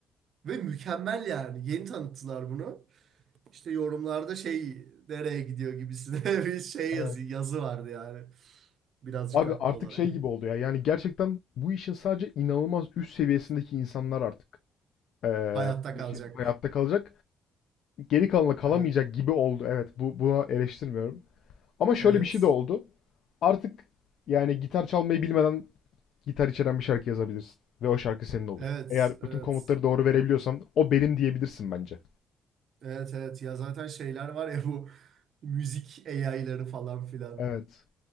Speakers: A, on the right; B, on the left.
A: Ve mükemmel yani. Yeni tanıttılar bunu. İşte yorumlarda şey nereye gidiyor gibisine <laughs> bir şey
B: Evet.
A: yazı, yazı vardı yani. Birazcık
B: Abi
A: haklı
B: artık
A: olarak.
B: şey gibi oldu ya. Yani gerçekten bu işin sadece inanılmaz üst seviyesindeki insanlar artık eee,
A: Hayatta
B: bu
A: kalacak.
B: işi hayatta kalacak. Geri kalanla kalamayacak
A: Evet,
B: gibi oldu. Evet bu buna eleştirmiyorum. Ama şöyle
A: evet,
B: bir şey de oldu. Artık yani gitar çalmayı bilmeden gitar içeren bir şarkı yazabilirsin. Ve o şarkı senin olur.
A: evet,
B: Eğer
A: evet,
B: bütün komutları doğru verebiliyorsan o benim diyebilirsin bence.
A: evet, evet. Ya zaten şeyler var ya bu müzik AI'ları falan filan.
B: Evet.